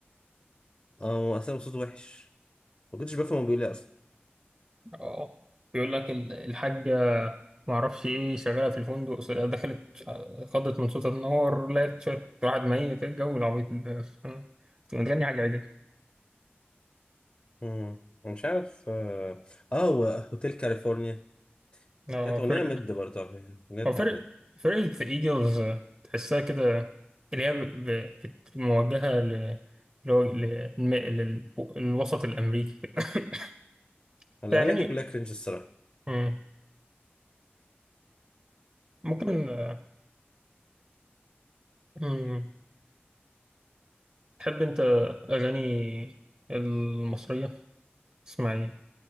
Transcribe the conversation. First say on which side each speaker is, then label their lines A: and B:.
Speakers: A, on the left; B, on the right.
A: اه هو اصلا صوته وحش ما كنتش بفهم هو بيقول ايه اصلا
B: اه بيقول لك ال- الحاجة ما اعرفش ايه شغالة في الفندق س- دخلت آه، خضت من صوت النار لقت شوية واحد ميت إيه الجو العبيط ده تبقى متغني حاجة عادي
A: مم. أنا مش عارف اه آه، هو هوتيل كاليفورنيا
B: هو
A: كانت
B: فرق
A: اغنيه مد برضه على فكره اغنيه تعبانه
B: هو فرق فرقة ايجلز آه، تحسها كده اللي هي ب- ب- بت- موجهة ل اللي هو ل- للم- لل- للوسط الأمريكي كده <laughs>
A: الاغاني
B: في أغاني
A: دي كلها كرنج الصراحه
B: مم. ممكن آه، مم. تحب أنت أغاني المصرية تسمع ايه؟